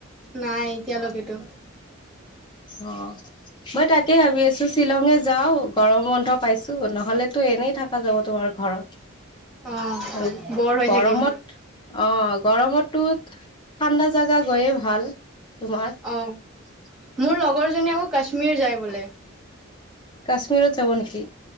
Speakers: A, in the centre; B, on the left.
A: নাই এতিয়ালৈকেতো।
B: অ' মই তাকে ভাবি আছো শ্বিলঙে যাও গৰম বন্ধ। পাইছো নহলেতো এনেই থাকা যাব তোমাৰ ঘৰত।
A: অ'
B: আৰু,
A: বৰ হৈ
B: গৰমত
A: থাকিম।
B: অ' গৰমতো ঠাণ্ডা জেগা গৈয়ে ভাল। তোমাৰ
A: অ' মোৰ লগৰ জনী আকৌ কাশ্মীৰ যায় বোলে।
B: কাশ্মীৰত যাবা নেকি,